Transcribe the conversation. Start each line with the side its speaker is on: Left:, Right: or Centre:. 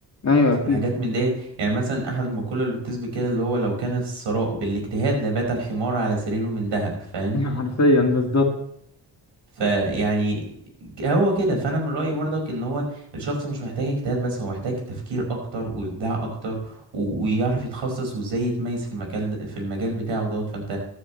Left: ايوه اكيد
Right: الحاجات من ديت يعني مثلا احد المقوله اللي بتثبت كده اللي هو لو كان الثراء بالاجتهاد لبات الحمار على سريره من ذهب فاهم
Left: <laughs> حرفيا بالظبط
Right: فيعني هو كده فانا من رايي برضك ان هو الشخص مش محتاج اجتهاد بس هو محتاج تفكير اكتر وابداع اكتر و- ويعرف يتخصص وازاي يتميز في المجال ده في المجال بتاعه دوت فانت